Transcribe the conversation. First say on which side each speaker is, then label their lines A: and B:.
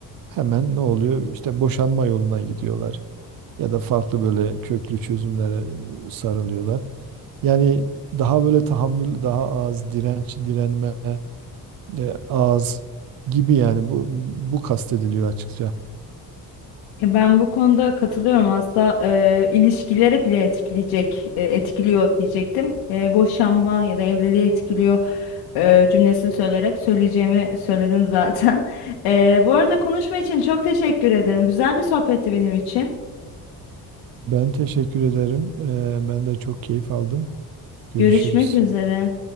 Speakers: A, on the right; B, on the left.
A: hemen ne oluyor? İşte boşanma yoluna gidiyorlar ya da farklı böyle köklü çözümlere e, sarılıyorlar. Yani daha böyle tahammül, daha az direnç, direnme e, az gibi yani bu bu kastediliyor açıkça.
B: Ya Ben bu konuda katılıyorum. Aslında e, ilişkilere bile etkileyecek, e, etkiliyor diyecektim. E, boşanma ya da evliliği etkiliyor e, cümlesini söyleyerek söyleyeceğimi söyledin <laughs> zaten. E, bu arada konuşma için çok teşekkür ederim. Güzel bir sohbetti benim için.
A: Ben teşekkür ederim. E, ben de çok keyif aldım. Görüşürüz.
B: Görüşmek üzere.